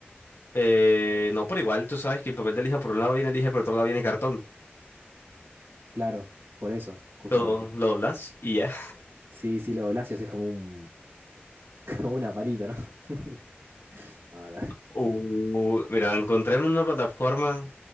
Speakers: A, on the left (about 80°); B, on the right (about 85°).
A: eh, no, pero igual tú sabes que el papel de lija por un lado viene lija y por otro lado viene cartón.
B: Claro, por eso, justamente.
A: Lo, do- lo doblas y ya.
B: Sí, sí, lo doblás y haces como un, <laughs> como una palita, ¿no? <laughs> Ah, la-
A: Uh, mira, encontré en una plataforma